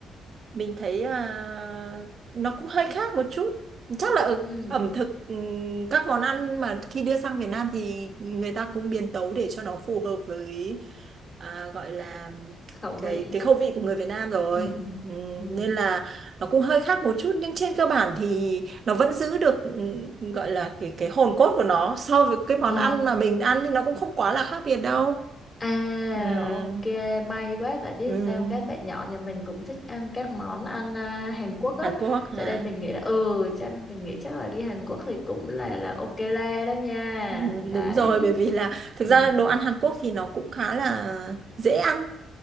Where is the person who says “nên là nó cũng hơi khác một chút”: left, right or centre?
Right